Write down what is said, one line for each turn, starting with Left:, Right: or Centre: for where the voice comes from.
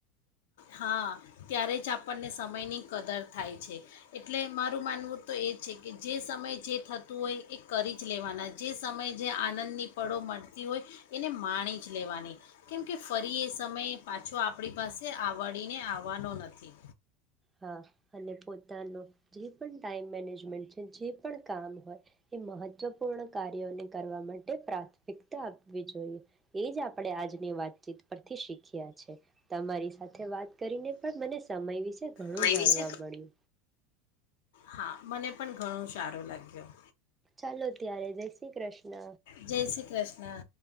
Left: હા ત્યારે જ આપણને સમયની કદર થાય છે એટલે મારું માનવું તો એ છે કે જે સમય જે થતું હોય એ કરી જ લેવાના જે સમયે જે આનંદની પળો મળતી હોય એને માણી જ લેવાની કેમકે ફરી એ સમય પાછો આપણી પાસે આવે આવળીને આવવાનો નથી
Right: હા અને પોતાનો જે પણ ટાઈમ મેનેજમેન્ટ છે જે પણ કામ હોય એ મહત્વપૂર્ણ કાર્યોને કરવા માટે પ્રાથમિકતા આપવી જોઈએ એ જ આપણે આજની વાતચીત પરથી શીખ્યા છે તમારી સાથે વાત કરીને પણ મને સમય વિશે ઘણું
Left: સમય
Right: જાણવા
Left: વિશે
Right: મળ્યું
Left: હા મને પણ ઘણું સારો લાગ્યું
Right: ચાલો ત્યારે જય શ્રી કૃષ્ણ
Left: જય શ્રી કૃષ્ણ